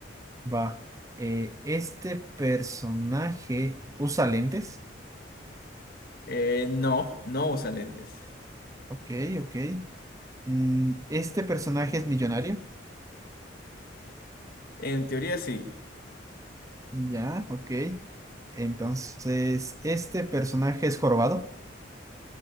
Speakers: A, on the right (about 15°); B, on the left (about 50°).
A: va. Eh, este personaje usa lentes.
B: Eh, no, no usa lentes.
A: Ok, ok. Mm, este personaje es millonario.
B: En teoría sí.
A: Ya, ok. Entonces, este personaje es jorobado.